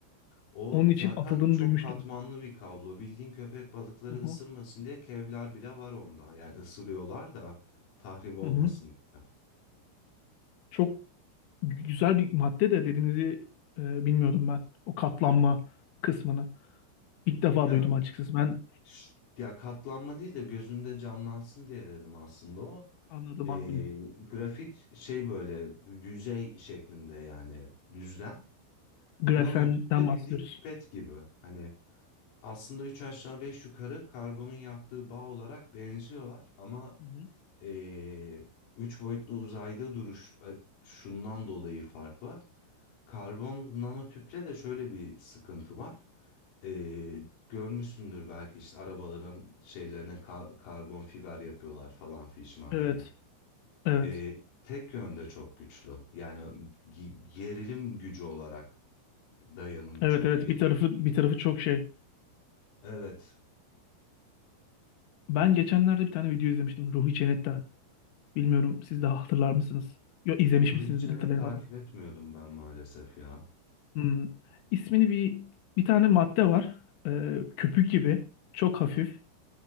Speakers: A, on the left; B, on the left.
A: O
B: onun için
A: zaten
B: atıldığını
A: çok
B: duymuştum.
A: katmanlı bir kablo. Bildiğin köpek balıkları
B: Hı hı.
A: ısırmasın diye kevlar bile var onda. Yani ısırıyorlar da tahrip olmasın
B: Hı hı.
A: diye.
B: Çok güzel bir madde de dediğinizi e, bilmiyordum ben. O katlanma kısmını. İlk defa
A: Ya
B: duydum açıkçası. Ben
A: Şşt, Ya katlanma değil de gözünde canlansın diye dedim aslında o.
B: anladım
A: Ee,
B: anladım.
A: grafit şey böyle yüzey şeklinde yani düzlem.
B: Grafenden
A: Nanotüp de
B: bahsediyoruz.
A: bildiğin pipet gibi. Hani aslında üç aşağı beş yukarı karbonun yaptığı bağ olarak benziyorlar ama
B: Hı hı.
A: ee, üç boyutlu uzayda duruş a- şundan dolayı fark var. Karbon nanotüple de şöyle bir sıkıntı var. Ee, görmüşsündür belki işte arabaların şeylerine kar- karbon fiber yapıyorlar falan fişman
B: Evet.
A: diye.
B: Evet.
A: Ee, tek yönde çok güçlü. Yani gi- gerilim gücü olarak dayanımı
B: Evet
A: çok
B: evet
A: iyi.
B: bir tarafı bir tarafı çok şey.
A: Evet.
B: Ben geçenlerde bir tane video izlemiştim Ruhi Çenet'ten. Bilmiyorum siz de hatırlar mısınız? Yok izlemiş
A: Ruhi
B: misinizdir
A: Çen'i
B: hatırlayamadım.
A: takip etmiyordum ben maalesef ya.
B: Hmm. İsmini bir bir tane madde var. Ee, köpük gibi. Çok hafif.